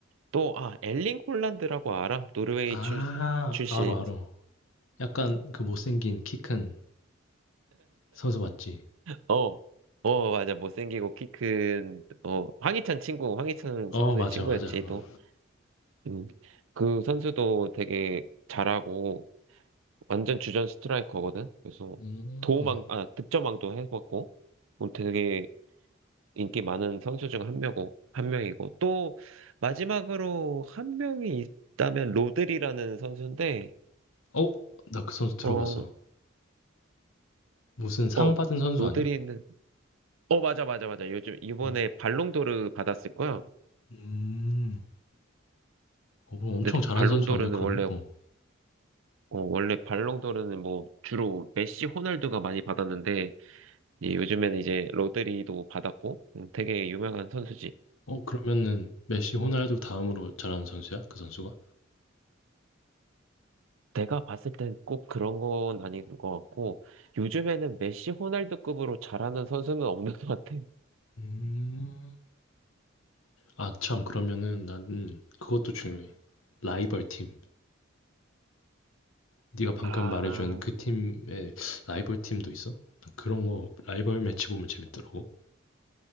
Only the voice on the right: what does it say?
또, 아, 엘링 홀란드라고 알아? 노르웨이
출, 출신.
어, 어, 맞아. 못생기고 키 큰, 어, 황희찬 친구, 황희찬
선수의
친구였지,
또. 음, 그 선수도 되게 잘하고, 완전 주전 스트라이커거든? 그래서,
도움망, 아, 득점왕도 해봤고, 뭐 되게, 인기 많은 선수 중 한 명이고, 한 명이고, 또 마지막으로 한 명이 있다면 로드리라는 선수인데,
어,
어,
로드리는,
어, 맞아, 맞아, 맞아. 요즘 이번에
발롱도르 받았을 거야.
근데
발롱도르는
원래,
어, 원래 발롱도르는 뭐 주로 메시, 호날두가 많이 받았는데, 이 요즘에는 이제 로드리도 받았고, 음, 되게 유명한 선수지.
내가 봤을 땐 꼭 그런 건 아닌 것 같고, 요즘에는 메시 호날두급으로 잘하는 선수는 없는 것 같아.
아,